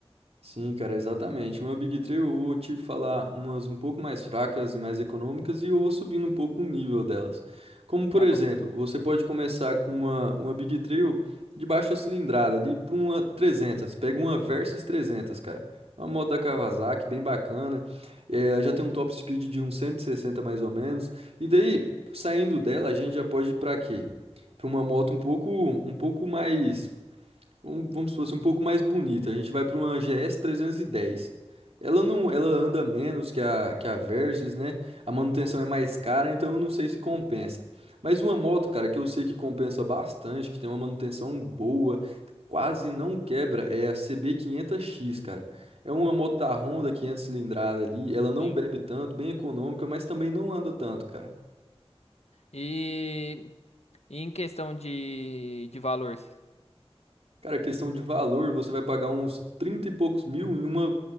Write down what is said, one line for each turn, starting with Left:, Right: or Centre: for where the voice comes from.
Right: Sim, cara, exatamente. Uma Big Three eu vou te falar umas um pouco mais fracas e mais econômicas e eu vou subindo um pouco o nível delas. Como, por
Left: Tá
Right: exemplo,
Left: bom.
Right: você pode começar com uma, uma Big Three de baixa cilindrada, ali para uma 300. Pega uma Versys 300, cara. Uma moto da Kawasaki, bem bacana. É, já tem um top speed de uns 160 mais ou menos. E daí, saindo dela, a gente já pode ir para quê? Para uma moto um pouco, um pouco mais vamos, vamos supor assim, um pouco mais bonita. A gente vai para uma GS 310. Ela não, ela anda menos que a, que a Versys, né? A manutenção é mais cara, então eu não sei se compensa. Mas uma moto, cara, que eu sei que compensa bastante, que tem uma manutenção boa, quase não quebra, é a CB500X, cara. É uma moto da Honda 500 cilindrada ali, ela
Left: Sim.
Right: não bebe tanto, bem econômica, mas também não anda tanto, cara.
Left: E, e em questão de, de valor,
Right: Cara, questão de valor, você vai pagar uns 30 e poucos mil em uma